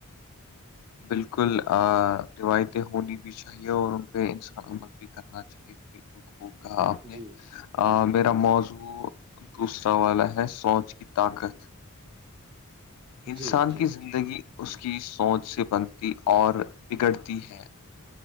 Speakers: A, on the left (about 85°); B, on the right (about 20°).
A: بالکل روایتیں ہونی بھی چاہیے اور ان پہ انسان عمل بھی کرنا چاہیے بالکل خوب کہا آپ نے
B: جی
A: آ میرا موضوع دوسرا والا ہے سونچ کی طاقت انسان
B: جی جی
A: کی زندگی اس کی سوچ سے بنتی اور بگڑتی ہے